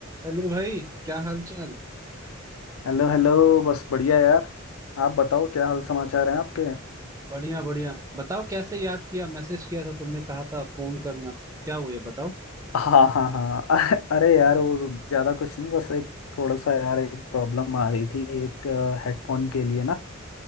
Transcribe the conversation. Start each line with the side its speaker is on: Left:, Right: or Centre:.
Right: हेलो भाई क्या हाल चाल
Left: Hello hello बस बढ़िया यार आप बताओ क्या हाल समाचार हैं आपके
Right: बढ़िया बढ़िया बताओ कैसे याद किया मैसेज किया था तुमने कहा था फोन करना क्या हुआ बताओ
Left: हाँ हाँ हाँ अ- अरे यार वो ज़्यादा कुछ नहीं बस एक थोड़ा सा यार एक प्रॉब्लम आ रही थी एक हेडफोन के लिए ना